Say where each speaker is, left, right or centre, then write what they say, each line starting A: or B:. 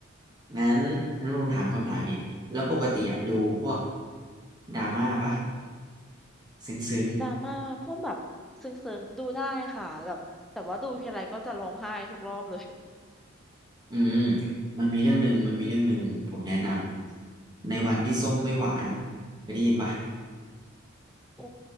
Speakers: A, on the right; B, in the centre.
A: งั้นงั้นผมถามคำถามนี้แล้วปกติอะดูพวกดราม่าปะซึ้งซึ้ง
B: ดราม่าพวกแบบซึ้งๆดูได้ค่ะแบบแต่ว่าดูทีไรก็จะร้องไห้ทุกรอบเลย
A: อืมมันมีเรื่องหนึ่งมันมีเรื่องหนึ่งผมแนะนำในวันที่ส้มไม่หวานเคยได้ยินปะ
B: โอ้